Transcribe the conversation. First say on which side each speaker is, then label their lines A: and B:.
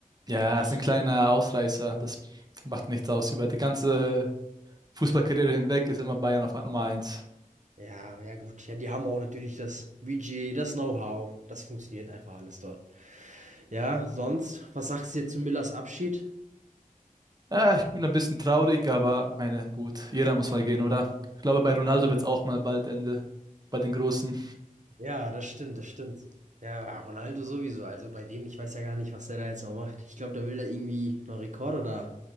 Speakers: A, on the right (about 25°); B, on the right (about 60°).
A: Ja,
B: ja, ich,
A: ist ein kleiner Ausreißer. Das macht nichts aus. Über die ganze Fußballkarriere hinweg ist immer Bayern auf Nummer eins
B: ja, ja gut. Ja, die haben auch natürlich das Budget, das Know-how. Das funktioniert einfach alles dort. Ja, sonst, was sagst du jetzt zu Müllers Abschied?
A: Ja, ich bin ein bisschen traurig, aber meine, gut, jeder muss mal gehen, oder? Ich glaube, bei Ronaldo wird es auch mal bald Ende. Bei den Großen.
B: Ja, das stimmt, das stimmt. Ja, Ronaldo sowieso. Also bei dem, ich weiß ja gar nicht, was der da jetzt noch macht. Ich glaube, der will da irgendwie noch Rekorde da